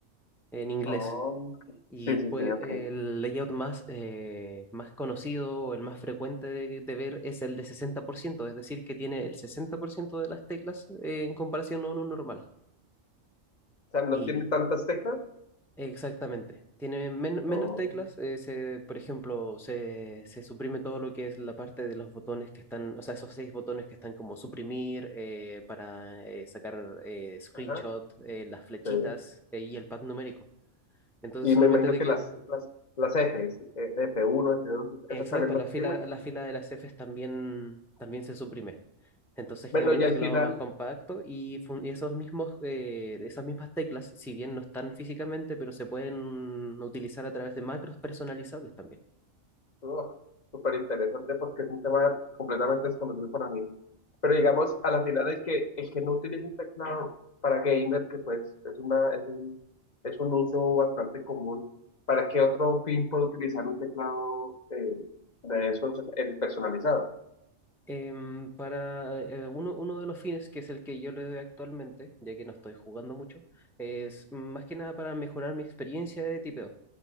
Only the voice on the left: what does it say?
Oh, ok.
sí,
sí, sí, ok.
O sea, no
tiene tantas teclas.
Oh,
ajá,
sí.
Y
me imagino
que
las, las, las Fs, eh, f uno f dos
esas también las
imprime.
Bueno,
y
al final
Oh, súper interesante porque es un tema completamente desconocido para mí. Pero digamos, a la final el que, el que no utiliza un teclado para gamer, que pues es una, es un, es un uso bastante común, ¿para qué otro fin puede utilizar un teclado eh, de esos eh, personalizados?